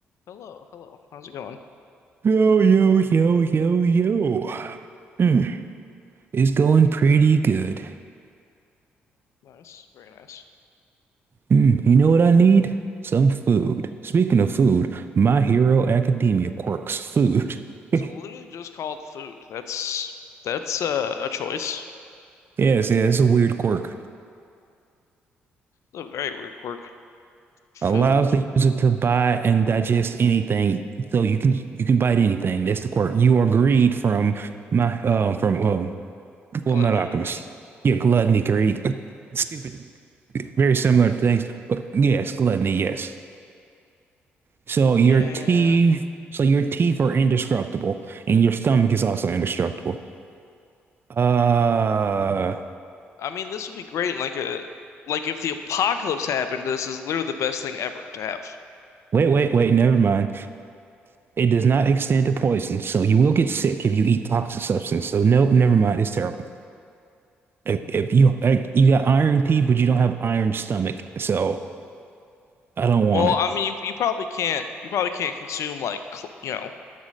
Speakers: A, on the left (about 60°); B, on the right (about 40°).
A: Hello, hello. How's it going?
B: Yo, yo, yo, yo, yo. Mm, it's going pretty good.
A: Nice, very nice.
B: Mm, you know what I need? Some food. Speaking of food, My Hero Academia quirks food. <laughs>
A: So literally just called food. That's that's uh, a choice.
B: Yes, yeah, it's a weird quirk.
A: A very weird quirk. Food.
B: Allows the user to buy and digest anything, so you can you can bite anything. That's the quirk. You are greed from my um from um Full
A: Gluttony,
B: Metal Alchemist.
A: you mean?
B: Yeah, gluttony, greed, <laughs> stupid. Very similar things, but yes, gluttony, yes. So
A: Yeah.
B: your teeth, so your teeth are indestructible, and your stomach is also indestructible. Uh,
A: I mean, this would be great in like a like if the apocalypse happened, this is literally the best thing ever to have.
B: wait, wait, wait. Never mind. It does not extend to poison, so you will get sick if you eat toxic substance. So no, never mind. It's terrible. If, if you like, you got iron teeth, but you don't have iron stomach, so I don't want
A: Well,
B: it.
A: I mean, you, you probably can't you probably can't consume like cl- you know,